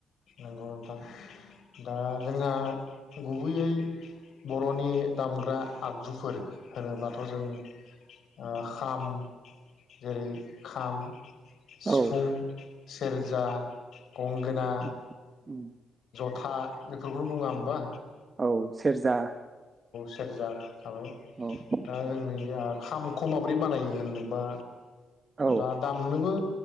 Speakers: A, on the left; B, on the right.
A: नंगौ नोंथां दा जोंहा गुबैयै बर'नि दामग्रा आगजुफोर होनोबाथ' जों ओ खाम जेरै खाम सिफुं
B: औ
A: सेरजा गंगोना
B: उम
A: था बेफोरखौनो बुङा होम्बा
B: औ सेरजा
A: सेरजा थाबाय
B: औ
A: दा जोंनि आर्ट खामखौ माबोरै बानायो होननोबा
B: औ
A: दा दामनोबो